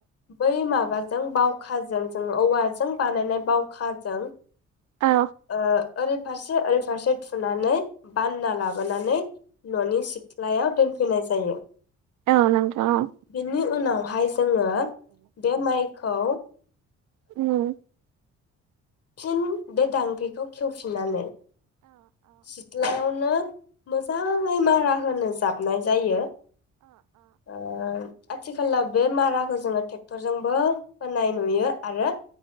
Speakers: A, on the left (about 50°); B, on the right (about 75°).
A: बै माबा जों बावखाजों जों औवाजों बानायनाय बावखाजों
B: औ
A: ओ ओरै फारसे ओरै फारसे थुनानै बानना लाबोनानै ननि सिथ्लायाव दोनफैनाय जायो
B: औ नोंथां औ
A: बिनि <unintelligible> जोङो बे माइ खौ
B: उम
A: फिन बे दांगख्रिखौ खेवफिननानै सितलायावनो मोजाङै मारा होनो जाब हाबनाय जायो ओ आथिखालाव बे माराखौ जोङो थेक क्टर जोंबो होनाय नुयो आरो